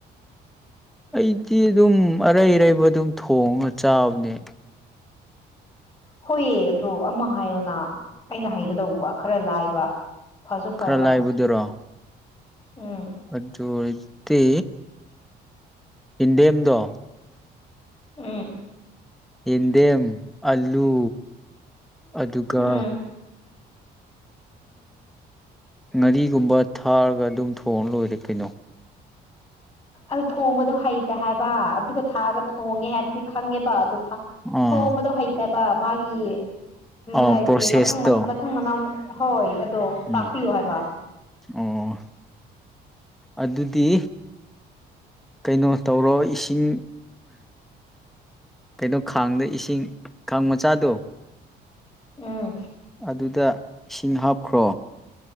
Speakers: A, in the centre; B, on the left.
A: ꯑꯩꯗꯤ ꯑꯗꯨꯝ ꯑꯔꯩ ꯑꯔꯩꯕ ꯑꯗꯨꯝ ꯊꯣꯡꯉ ꯆꯥꯕꯅꯦ
B: ꯍꯣꯏꯑ ꯑꯗꯨꯗ ꯑꯃ ꯍꯥꯏꯌꯣꯅ ꯑꯩꯅ ꯍꯥꯏꯒꯗꯧꯕ ꯈꯔ ꯂꯥꯏꯕ ꯐꯁꯨ ꯐꯕ
A: ꯈꯔ ꯂꯥꯏꯕꯗꯨꯔꯣ
B: ꯎꯝ
A: ꯑꯗꯨꯖ ꯑꯣꯏ ꯇꯤ ꯏꯟꯗꯦꯝꯗꯣ
B: ꯎꯝ
A: ꯌꯦꯟꯗꯦꯝ ꯑꯂꯨ ꯑꯗꯨꯒ
B: ꯎꯝ
A: ꯉꯥꯔꯤꯒꯨꯝꯕ ꯊꯥꯔꯒ ꯑꯗꯨꯝ ꯊꯣꯡꯉ ꯂꯣꯏꯔꯦ ꯀꯩꯅꯣ
B: ꯑ ꯊꯣꯡꯕꯗꯣ ꯍꯩꯇ ꯍꯥꯏꯕ ꯑꯗꯨꯒ ꯊꯥꯛꯑꯒ ꯊꯣꯡꯉꯦ ꯍꯥꯏꯕꯗꯤ ꯈꯪꯉꯦꯕ ꯑꯗꯨ
A: ꯑꯥ
B: ꯊꯣꯡꯕꯗꯣ ꯍꯩꯇꯕ ꯃꯥꯒꯤ
A: ꯑꯥ
B: ꯍꯥꯏꯗꯤ
A: ꯄ꯭ꯔꯣꯁꯦꯁꯇꯣ
B: ꯃꯊꯪ ꯃꯊꯪ ꯃꯅꯥꯎꯅ ꯍꯣꯏ ꯑꯗꯣ
A: ꯎꯝ
B: ꯇꯥꯛꯄꯤꯌꯣ ꯍꯥꯏꯕ
A: ꯑꯣ ꯑꯗꯨꯗꯤ ꯀꯩꯅꯣ ꯇꯧꯔꯣ ꯏꯁꯤꯡ ꯀꯩꯅꯣ ꯈꯥꯡꯗ ꯏꯁꯤꯡ ꯈꯥꯡ ꯃꯆꯥꯗꯣ
B: ꯎꯝ
A: ꯑꯗꯨꯗ ꯏꯁꯤꯡ ꯍꯥꯞꯈ꯭ꯔꯣ